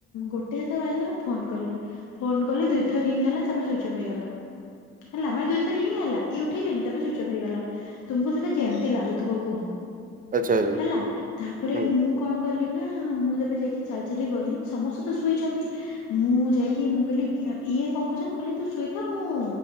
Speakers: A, on the left; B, on the right.
A: ଗୋ- ଦିଥ ର ବାଜିଲେ ମୁଁ ଫୋନ କଲି ଫୋନ କଲି ଦୁଇଥରରିଙ୍ଗ ହେଲା ତାପରେ ସ୍ୱିଚ୍ ଅପ୍ ହେଇଗଲା! ହେଲା ମା ଦୁଇଥର ରିଙ୍ଗିହେଲାଇଏ ଉଠେଇଲେ ନିତା ପରେ ସୁଇଜ୍‌ ଅପହେଇଗଲା! ତୁମକୁ ସେବେ କେମିତି ଲାଗୁଥିବ କୁହ ।
B: ଆଚ୍ଛା ଆଚ୍ଛା
A: ହେଲା ତାପରେ
B: ହୁଁ
A: ମୁଁ କଣ କଲି ନା ମୁଁ ଯେବେ ଯାଇକି ଚାଲି ଚାଲି ଗଲି, ସମସ୍ତେ ତ ଶୋଇଛନ୍ତି, ମୁଁ ଯାଇକି ମୁଁ କହିଲି ହ ଇଏ କଣ କହୁଛନ୍ତି କହିଲେ ତୁ ଶୋଇଥା ମୁଁ